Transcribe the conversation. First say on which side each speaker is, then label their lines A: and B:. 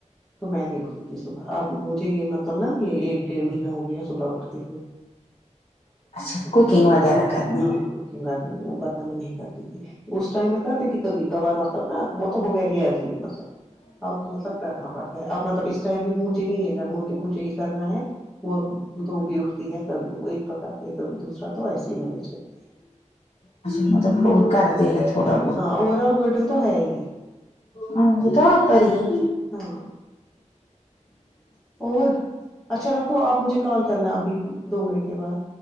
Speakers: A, in the centre; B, on the left.
A: تو میں نہیں اٹھتی تھی صبح آپ مجھے یہ مطلب ناں یہ ایک ڈیڑ مہینہ ہو گیا صبح اٹھ تے ہوئے
B: اچھا کوکنگ
A: ادر وائز
B: وغیرہ
A: نہیں
B: کرنے
A: ہاں
B: میں
A: بدنام نہیں کرتی تھی اس ٹائم میں کرتی تھی کہ کبھی کبھار مطلب نا وہ تو ہو گیا رہی ہے یرلی مطلب اب مطلب کرنا پڑتا اب مطلب اس ٹائم بھی مجھے نہیں ہے نا مجھے یہ کرنا ہے وہ دو بھی اٹھتی ہے کبھی وہ ایک پکاتی ہے کبھی دوسرا تو ایسے ہی مینج کرتے ہیں
B: اچھا مطلب بہت کرتے ہیں تھوڑا
A: ہاں اوور آل بولڈن تو ہے ہی
B: ہمم وہ ٹاپ پر ہی ہے
A: ہاں اور اچھا رکھو آپ مجھے کال کرنا ابھی دو منٹ کے بعد